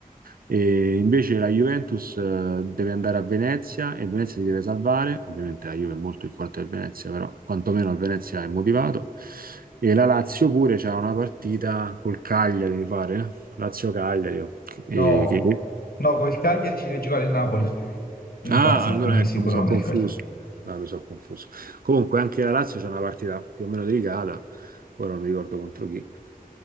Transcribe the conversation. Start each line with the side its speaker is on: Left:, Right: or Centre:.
Right: e invece la Juventus eh, deve andare a Venezia e Venezia si deve salvare. Ovviamente la Juve è molto più forte del Venezia, però quantomeno il Venezia è motivato. E la Lazio pure c'ha una partita col Cagliari, mi pare. eh? Lazio-Cagliari, eh,
Left: No,
Right: che,
Left: no, col Cagliari ci deve giocare il Napoli in
Right: Ah,
Left: casa,
Right: allora
Left: quindi
Right: ecco,
Left: sicuro
Right: mi sono
Left: non
Right: confuso.
Left: è il Cagliari.
Right: Ah, mi sono confuso. Comunque, anche la Lazio c'è una partita più o meno delicata. Ora non mi ricordo contro chi.